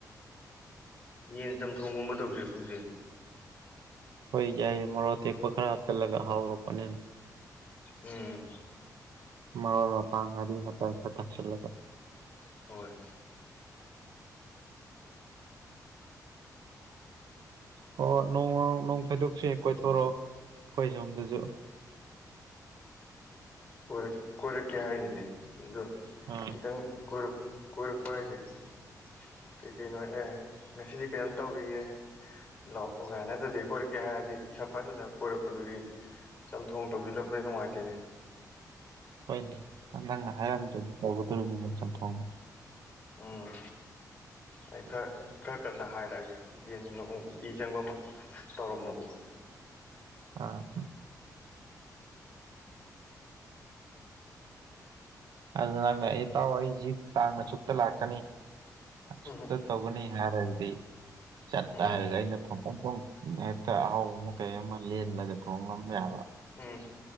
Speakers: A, on the left; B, on the right.
A: ꯌꯦꯟ ꯆꯝꯊꯣꯡꯒꯨꯝꯕ ꯇꯧꯁꯤꯔꯣ ꯈꯪꯗꯦ
B: ꯍ ꯌꯥꯏ ꯃꯔꯗꯤ ꯄꯈꯔ ꯍꯥ ꯆꯂꯒ ꯍꯥꯎꯔꯣꯄꯅꯦ
A: ꯎ ꯎꯝ
B: ꯃ ꯄꯄ ꯉꯔꯤ ꯃ ꯊꯁꯤꯔꯂ
A: ꯍꯣꯏ
B: ꯍ ꯅꯣꯡ ꯅꯣꯡ ꯐꯥꯏꯗꯣꯛꯁ ꯀꯣꯏꯊꯣꯔꯛꯑꯣ ꯑꯩꯈꯣꯏ ꯁꯣꯝꯗꯁꯨ
A: ꯀꯣꯏꯔꯛ ꯀꯣꯏꯔꯛꯀꯦ ꯍꯥꯏꯅꯤꯅꯦ ꯑꯗꯨ
B: ꯑꯥ
A: ꯈꯤꯇꯪ ꯀꯣꯏꯔꯛꯄ ꯍꯥꯏꯁꯤ ꯀꯩ ꯀꯩꯅꯣ ꯑꯦ ꯉꯁꯤꯗꯤ ꯀꯩꯅꯣꯝ ꯇꯧꯔꯤꯌꯦ ꯂꯥꯛꯑꯣꯒ ꯅꯠꯇꯗꯗꯤ ꯀꯣꯏꯔꯛꯀꯦ ꯍꯥꯏꯔꯗꯤ ꯁꯄ ꯁꯨꯅ ꯀꯣꯏꯔꯛꯄꯗꯨꯗꯤ ꯆꯝꯊꯣꯡ ꯇꯧꯕꯤꯜꯂꯝꯕꯩ ꯅꯨꯡꯉꯥꯏꯇꯣꯏꯅꯦ
B: ꯍꯣꯏꯅꯦ ꯅꯪꯅ ꯍꯥꯏꯔꯝꯕꯗꯤ ꯇꯧꯒꯗꯣꯔꯤꯕꯅꯤꯅ ꯐꯥꯎꯅ
A: ꯎꯝ ꯑꯩ ꯈꯔ ꯈꯔ ꯀꯟꯅ ꯍꯥꯏꯔꯛꯑꯒꯦ ꯌꯦꯟ ꯅꯣꯡ ꯏ ꯆꯪꯕ ꯑꯃ ꯇꯧꯔꯝꯃꯨ
B: ꯑꯥ ꯑꯗꯨ ꯅꯪꯅ ꯏꯇꯥꯎ ꯑꯩ ꯖꯤꯠ ꯇꯥꯡꯅ ꯆꯨꯞꯛꯇ ꯂꯥꯛꯀꯅꯤ ꯑꯁꯛꯇ
A: ꯎꯝ
B: ꯇꯧꯒꯅꯤ ꯍꯥꯏꯔꯒꯗꯤ ꯆꯠꯇꯥꯔꯒ
A: ꯎꯝ
B: ꯑꯩꯅ ꯐ ꯍꯦꯛꯇ ꯑꯍꯥꯎꯕ ꯑꯃ ꯀꯩ ꯑꯃ ꯂꯦꯟꯂꯒ ꯊꯣꯡ ꯉꯝ ꯌꯥꯕ
A: ꯎꯝ